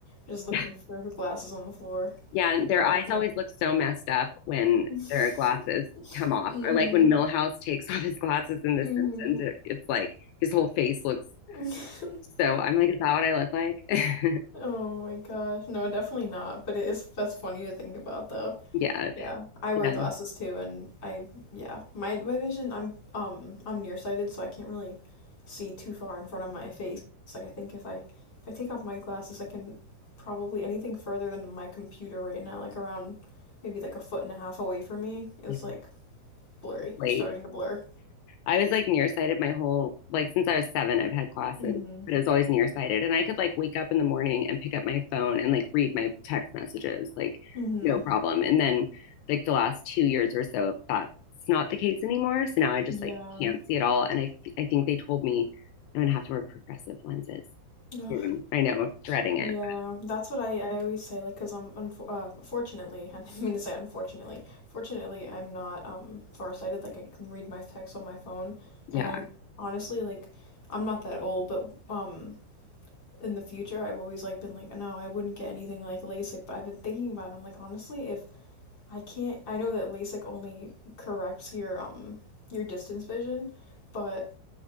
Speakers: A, on the left; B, on the left.
A: just looking
B: <laughs>
A: for her glasses on the floor
B: yeah, and their
A: all
B: eyes
A: the
B: always
A: time.
B: look so messed up when
A: <laughs>
B: their glasses come off
A: hmm
B: or like when Millhouse takes <laughs> off his glasses in The
A: hmm
B: Simpsons, it, it's like his whole face looks
A: <laughs>
B: so I'm like, is that what I look like? <laughs>
A: oh my gosh. No, definitely not. But it is. That's funny to think about, though.
B: yeah,
A: Yeah, I
B: yeah,
A: wear glasses too, and I yeah, my my vision I'm um I'm nearsighted, so I can't really see too far in front of my face. It's like I think if I if I take off my glasses, I can probably anything further than my computer right now, like around maybe like a foot and a half away from me, is
B: yeah.
A: like blurry
B: Late.
A: or starting to blur.
B: I was like nearsighted my whole like since I was seven, I've had glasses
A: Mm-hmm.
B: but it was always nearsighted. And I could like wake up in the morning and pick up my phone and like read my text messages, like
A: Mm-hmm.
B: no problem. And then like the last two years or so, that's not the case anymore. So now I just
A: Yeah.
B: like
A: um,
B: can't see at all. And I I think they told me I'm gonna have to wear progressive lenses
A: Ugh.
B: soon. I know, I'm dreading it.
A: Yeah, that's what I, I always say, like, because I'm unfor uh, fortunately, <laughs> I didn't mean to say unfortunately, fortunately, I'm not um farsighted. Like, I can read my text on my phone,
B: Yeah.
A: and I'm honestly like, I'm not that old, but um, in the future, I've always like been like, no, I wouldn't get anything like LASIK, but I've been thinking about it. I'm like, honestly, if I can't, I know that LASIK only corrects your um your distance vision, but